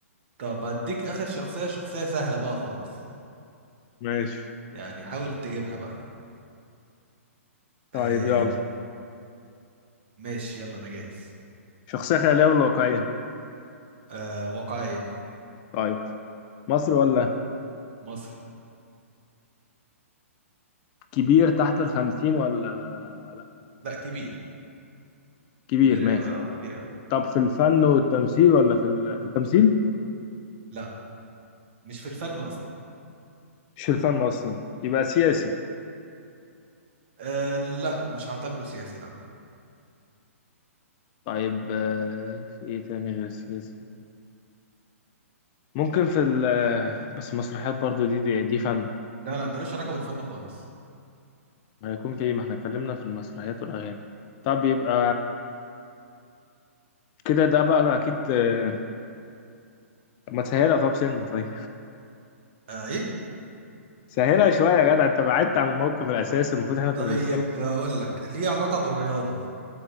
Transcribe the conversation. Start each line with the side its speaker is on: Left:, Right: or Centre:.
Right: طب هديك اخر شخصية شخصية سهلة بقى خالص
Left: ماشي
Right: يعني حاول تجيبها بقى
Left: طيب
Right: آه...
Left: يلا
Right: ماشي يلا انا جاهز
Left: شخصية خيالية ولا واقعية؟
Right: آه... واقعية
Left: طيب مصري ولا
Right: مصري
Left: كبير تحت الخمسين ولا لا
Right: لا كبير
Left: كبير
Right: كبير
Left: ماشي
Right: قوي اه كبير قوي
Left: طب في الفن والتمثيل ولا في ال... في التمثيل؟
Right: لا مش في الفن اصلا
Left: مش في الفن أصلا يبقى سياسي
Right: آه لا مش هعتبره سياسي لا
Left: طيب آه، في إيه تاني غير سياسي؟ ممكن في ال... آه، بس مسرحيات برضو دي دي, دي فن
Right: لا لا ملوش علاقة بالفن خالص
Left: هيكون في إيه؟ ما احنا اتكلمنا في المسرحيات والأغاني طب يبقى كده ده بقى أكيد آه، ما تسهلها طب سن طيب
Right: آه ايه
Left: سهلها شوية يا جدع انت بعدت عن الموقف الأساسي المفروض احنا
Right: طيب
Left: كنا بنتكلم في
Right: اقول
Left: ال-
Right: لك ليه علاقة بالرياضة